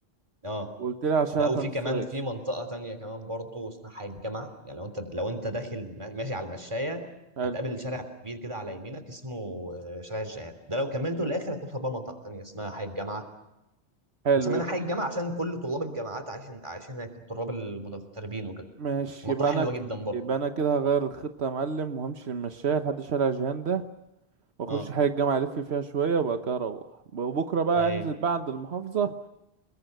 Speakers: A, on the right; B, on the right.
A: اه
B: وقلت لي على شارع
A: لا وفي
B: قناة
A: كمان
B: السويس
A: في منطقة تانية كمان برضو اسمها الجامعة يعني لو انت لو انت داخل ما- ماشي على المشاية
B: حلو
A: هتقابل شارع كبير كده على يمينك اسمه آه، شارع الجيهان ده لو كملته للآخر هتوصل بقى منطقة تانية اسمها حي الجامعة
B: حلو
A: مسمينها
B: يبقى
A: حي الجامعة عشان كل طلاب الجامعات عايشين عايشين هناك طلاب المتدربين وكده
B: ماشي
A: منطقة
B: يبقى
A: حلوة
B: انا ك...
A: جدا برضو
B: يبقى انا كده هغير الخطه يا معلم وهمشي المشاية لحد شارع جهان ده واخش
A: اه
B: حي الجامعه الف فيها شويه وبعد كده اروح وبكره بقى
A: ايوه
B: انزل بقى عند المحافظه